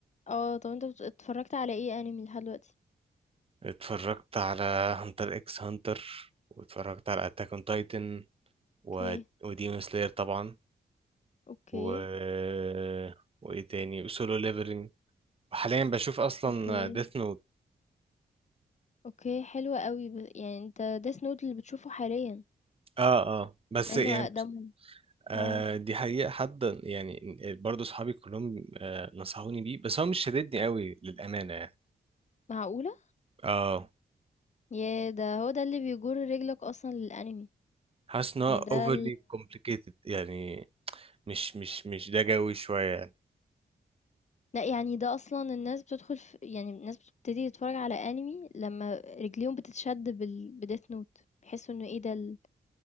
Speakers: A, on the left (about 45°); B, on the right (about 35°).
A: اه طب انت بت- اتفرجت على ايه انمي لحد دلوقتي
B: اتفرجت على هانتر اكس هانتر واتفرجت على أتاك اون تايتن و...
A: اوكي
B: وديمون سلاير طبعا
A: اوكي
B: و وايه تاني وسولو ليفلنج حاليا بشوف اصلا
A: اوكي
B: ديث نوت
A: اوكي حلو قوي ب... يعني انت ديس نوت اللي بتشوفه حاليا
B: اه اه بس
A: مع انه
B: يعني
A: اقدمهم
B: آه
A: اه
B: دي حقيقة حد يعني برضه صحابي كلهم آه نصحوني بيه بس هو مش شددني قوي للأمانة يعني
A: معقولة
B: اه
A: يا ده هو ده اللي بيجر رجلك اصلا للانمي
B: حاسس ان هو
A: يعني ده
B: overly complicated يعني مش مش مش ده جوي شوية يعني
A: لأ يعني ده أصلًا الناس بتدخل ف يعني الناس بتبتدي تتفرج على أنمي لمّا رجليهم بتتشد بال بdeath note بيحسوا إنه إيه ده ال